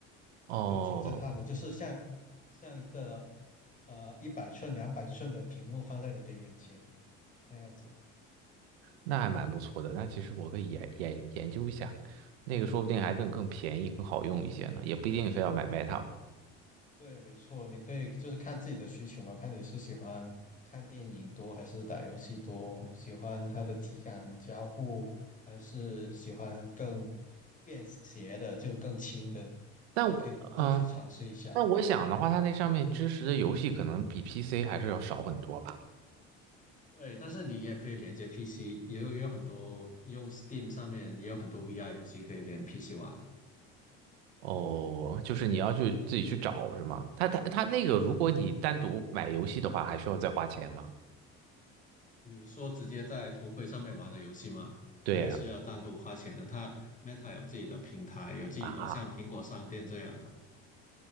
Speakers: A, on the right; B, on the left.
A: 哦，
B: 就挺震撼的，就是像像一个呃一百寸、两百寸的屏幕放在你的眼前那样子。
A: 那还蛮不错的。那其实我可以研研研究一下，那个说不定还更更便宜、更好用一些呢，也不一定非要买 Meta 嘛。
B: 对，没错，你可以就是看自己的需求嘛，看你是喜欢看电影多还是打游戏多，喜欢它的体感交互，还是喜欢更便携的，就更轻的，
A: 但我嗯，
B: 就可以都去尝试一下。
A: 但我想的话，它那上面支持的游戏可能比 PC 还是要少很多吧。
B: 对，但是你也可以连接 PC，也有也有很多用 Steam 上面也有很多 VR 游戏可以连 PC 玩。
A: 哦，就是你要去自己去找是吗？他他他那个，如果你单独买游戏的话，还需要再花钱吗？
B: 比如说直接在头盔上面玩的游戏吗？
A: 对呀，
B: 对，是要单独花钱的。它 Meta 有自己的平台，有自己的像苹果商店这样的，
A: 啊，